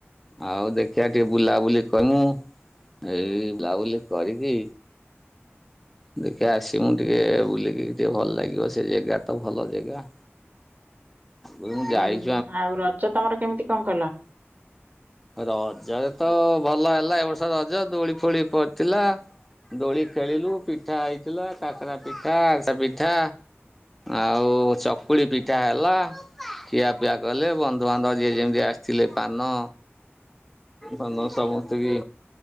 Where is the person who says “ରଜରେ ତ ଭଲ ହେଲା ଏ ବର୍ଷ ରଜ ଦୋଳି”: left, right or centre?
Centre